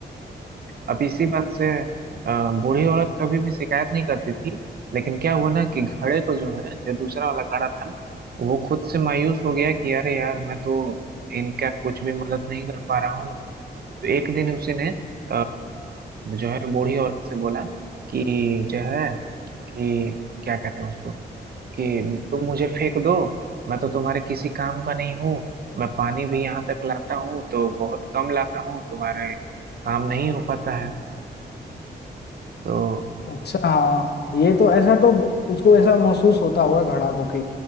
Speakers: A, on the right; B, on the left.
A: अब इसी बात से अ, बूढ़ी औरत कभी भी शिकायत नहीं करती थी लेकिन क्या हुआ ना कि घड़े को जो है जो दूसरा वाला घड़ा था वो खुद से मायूस हो गया कि अरे यार मैं तो इनका कुछ भी मदद नहीं कर पा रहा हूँ तो एक दिन उसी ने अ, जो है बूढ़ी औरत से बोला कि जो है कि क्या कहते हैं उसको कि तुम मुझे फेंक दो मैं तो तुम्हारे किसी काम का नहीं हूँ मैं पानी भी यहाँ तक लाता हूँ तो बहुत कम लाता हूँ तुम्हारे काम नहीं हो पाता है तो
B: अच्छा हाँ ये तो ऐसा तो उसको ऐसा महसूस होता होगा घड़ा को कि